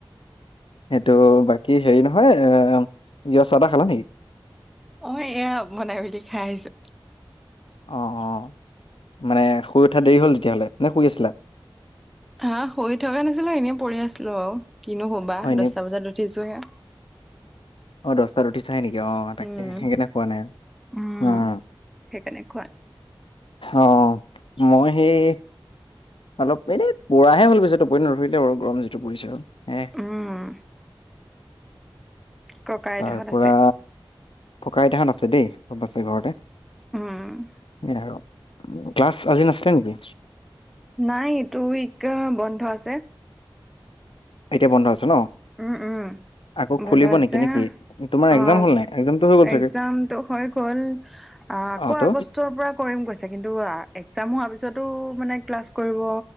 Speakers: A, on the left; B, in the centre.
A: সেইটো, বাকী হেৰি নহয় এ ইয়া চাহ তাহ খালা নিকি।
B: অ' এয়া বনাই মেলি খাই আহিছোঁ।
A: অ' অ' মানে শুই উঠা দেৰি হ'ল তেতিয়াহ'লে নে শুই আছিলা।
B: হা শুই থকা নাছিলোঁ। এনেই পৰি আছিলো আৰু কিনো শুবা
A: অ' এনেই
B: দছটা বজাত উঠিছো হে।
A: অ' দছটাত উঠিছাহে নেকি অ' তাকে
B: উম,
A: সেইকাৰণে শুৱা নাই অ'।
B: উম। সেইকাৰণে খোৱা
A: অ' মই সেই অলপ এনে- পৰাহে হ'ল পিছে টোপনি নধৰিলে বাৰু গৰম যিটো পৰিছে হে
B: উম ককা আইতাহত
A: তাৰ পৰা
B: আছে
A: ককা আইতাহঁত আছে দেই চব আছে ঘৰতে
B: উম
A: আৰু ক্লাছ আজি নাছিলে নিকি
B: নাই এইটো উইক অ বন্ধ আছে।
A: এতিয়া বন্ধ আছে ন।
B: উম উম'।
A: আকৌ
B: বন্ধ
A: খুলিব
B: আছে
A: নেকি নে
B: না
A: কি? তোমাৰ
B: অঁ
A: এক্সাম হ'ল নাই? এক্সামটো হৈ গ'ল চাগে?
B: এক্সজামটো হৈ গ'ল। আ, আকৌ
A: অ', ত'
B: আগষ্টৰ পৰা কৰিম কৈছে কিন্তু এক্সাম হোৱা পিছতো মানে ক্লাছ কৰিব।